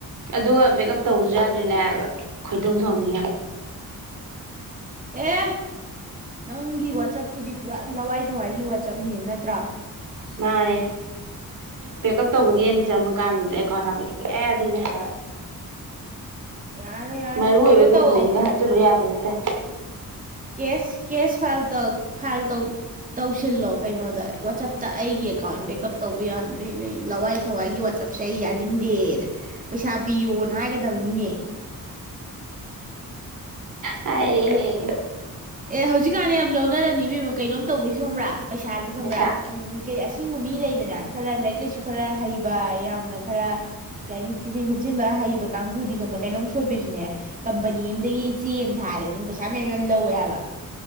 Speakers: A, on the right; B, on the right.
A: ꯑꯗꯨꯒ ꯕꯦꯛꯑꯞ ꯇꯧꯕꯁꯨ ꯌꯥꯗ꯭ꯔꯤꯅꯦꯕ ꯈꯣꯏꯗꯧ ꯁꯥꯎꯅꯤꯡꯉ
B: ꯑꯦ ꯅꯪꯒꯤ ꯋꯥꯆꯞꯇꯨꯗꯤ ꯄꯨꯔꯥ ꯂꯋꯥꯏ ꯊꯋꯥꯏꯒꯤ ꯋꯥꯆꯞꯅꯤ ꯅꯠꯇ꯭ꯔꯥ
A: ꯃꯥꯅꯦ ꯄꯦꯛ ꯎꯞ ꯇꯧꯕꯒꯦꯅ ꯆꯪꯕ ꯀꯥꯟꯗꯗꯤ ꯑꯩꯀꯥꯎ ꯍꯥꯏꯕ ꯁꯨꯌꯥ ꯌꯥꯗꯣꯏꯅꯦ ꯍꯥꯏꯔꯛ
B: ꯌꯥꯔꯣꯏ ꯌꯥꯔꯦ
A: ꯃꯔꯨ ꯑꯣꯏꯕ
B: ꯀꯩꯅꯣ
A: ꯗꯣꯀꯨꯃꯦꯟꯒ
B: ꯇꯧꯋꯣ
A: ꯍꯥꯞꯆꯤꯜꯂꯨ ꯌꯥꯕꯅꯦ ꯦ <unintelligible>
B: ꯀꯦꯁ ꯀꯦꯁ ꯐꯥꯏꯜ ꯐꯥꯏꯜꯧ ꯇꯧꯁꯤꯜꯂꯣ ꯀꯩꯅꯣꯗ ꯋꯥꯆꯞꯇ ꯑꯩꯒꯤ ꯑꯦꯀꯥꯎꯟ ꯕꯦꯛꯑꯞ ꯇꯧꯕ ꯌꯥꯗ꯭ꯔꯤ ꯅꯣꯏ ꯂꯋꯥꯏ ꯊꯋꯥꯏꯒꯤ ꯋꯥꯆꯞꯁꯦ ꯑꯩ ꯌꯥꯅꯤꯡꯗꯦꯅ ꯄꯩꯁꯥ ꯄꯤꯌꯣꯅ ꯍꯥꯏꯒꯗꯕꯅꯤꯅꯦ
A: ꯍꯥꯏꯔꯦꯍꯦ
B: ꯑꯦ ꯍꯧꯖꯤꯛꯀꯥꯟꯅ ꯌꯥꯝ ꯂꯧꯅꯔꯅꯤ ꯃꯤꯦꯝꯃ ꯀꯩꯅꯣꯝ ꯇꯧꯕꯩ ꯁꯣꯕ꯭ꯔꯥ ꯄꯩꯁꯥꯁꯦ ꯈꯪꯕ꯭ꯔꯥ
A: ꯄꯩꯁꯥ
B: ꯎꯝ ꯀ ꯑꯁꯤꯡꯕ ꯃꯤ ꯂꯩꯗꯅ ꯈꯔ ꯂꯥꯏꯔꯤꯛ ꯂꯥꯏꯁꯨ ꯈꯔ ꯍꯩꯕ ꯌꯥꯝꯅ ꯈꯔ ꯀꯩ ꯍꯥꯏꯅꯤ ꯊꯤꯖꯤꯟ ꯈꯣꯞꯆꯤꯟꯕ ꯍꯩꯕ ꯀꯥꯡꯕꯨꯗꯤ ꯈꯪꯕ꯭ꯔꯥ ꯀꯩꯅꯣꯝ ꯁꯣꯏꯕꯩꯁꯨꯅꯦ ꯀꯝꯄꯅꯤ ꯑꯗꯒꯤ ꯆꯦ ꯑꯃ ꯊꯥꯔꯦꯅ ꯄꯩꯁꯥ ꯃꯌꯥꯝ ꯌꯥꯝ ꯂꯧꯋꯦ ꯍꯥꯏꯕ